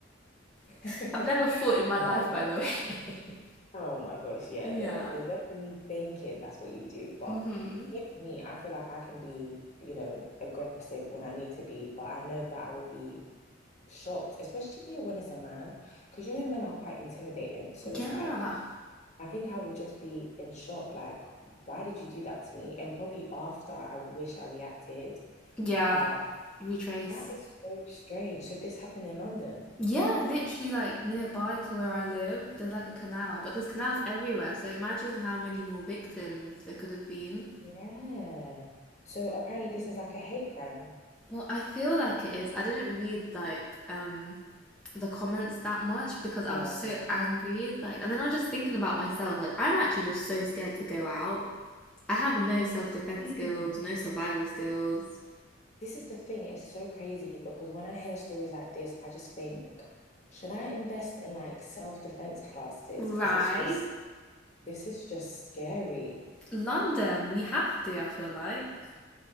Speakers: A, on the left; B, in the centre.
A: <laughs>
B: <laughs> I've never fought in my
A: no.
B: life, by the way.
A: Oh my gosh, yeah,
B: <laughs>
A: no. You're
B: yeah.
A: definitely thinking that's what you do, but
B: Mhm.
A: even me, I feel like I can be, you know, aggressive when I need to be, but I know that I would be shocked, especially when it's a man, because you know men are quite intimidating. So it's
B: Yeah.
A: like I think I would just be in shock, like, why did you do that to me? And probably after I would wish I reacted,
B: Yeah,
A: but
B: retrace.
A: that is so strange. So this happened in London.
B: Yeah, literally like nearby to where I live, there's like a canal, but there's canals everywhere. So imagine how many more victims there could have been.
A: Yeah. So apparently this is like a hate crime.
B: Well, I feel like it is. I didn't read like um the comments that much because
A: Yeah.
B: I was so angry. Like, and then I was just thinking about myself. Like, I'm actually just so scared to go out. I have no
A: This
B: self
A: is
B: defense
A: the thing.
B: skills, no survival skills.
A: This is the thing. It's so crazy because when I hear stories like this, I just think, should I invest in like self-defense classes?
B: Right.
A: Because it's just, this is just scary.
B: London, we have to, I feel like.